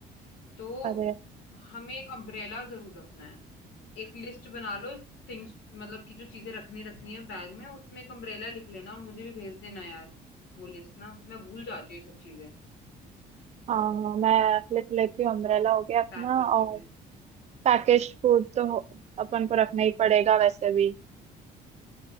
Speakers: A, on the left; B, on the right.
A: तो
B: है?
A: हमें एक अम्ब्रेला जरूर रखना है एक लिस्ट बना लो थिंग्स मतलब कि जो चीजें रखनी रखनी है बैग में उसमें एक अम्ब्रेला लिख लेना और मुझे भी भेज देना यार वो लिस्ट ना मैं भूल जाती हूँ ये सब चीजें
B: हाँ मैं लिख लेती हूँ अम्ब्रेला हो गया अपना
A: पैक करते
B: और
A: हुए
B: पैकेज फूड तो हो- अपन को रखना ही पड़ेगा वैसे भी